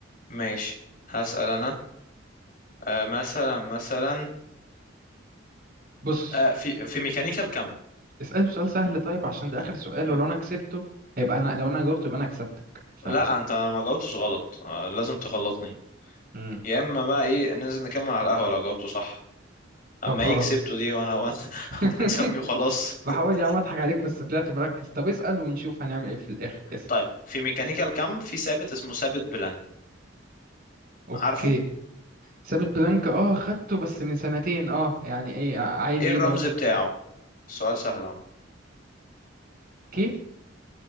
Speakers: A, on the left; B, on the right.
A: ماشي هسأل أنا آه مثلا مثلا
B: بص
A: آه في في ميكانيكا الكم
B: اسأله سؤال سهل طيب عشان ده آخر سؤال
A: م-
B: ولو انا كسبته هيبقى انا لو انا جاوبته يبقى انا كسبتك فاسأل
A: لا انت ما جاوبتش غلط آه لازم تغلطني
B: مم.
A: يا اما بقى ايه ننزل نكمل على القهوة لو جاوبته صح
B: طب
A: اما
B: خلاص
A: ايه كسبته دي وانا وانا <laughs>
B: <laughs>
A: انت تكسبني وخلاص <laughs>
B: بحاول يا عم اضحك عليك بس طلعت مركز طب اسأل ونشوف هنعمل ايه في الآخر اسأل
A: طيب في ميكانيكا الكم في ثابت اسمه ثابت بلانك
B: اوكي
A: عارفه
B: ثابت بلانك اه خدته بس من سنتين اه يعني ايه آه، عايز
A: ايه
B: ايه
A: الرمز
B: برضو
A: بتاعه السؤال سهل اهو
B: اوكي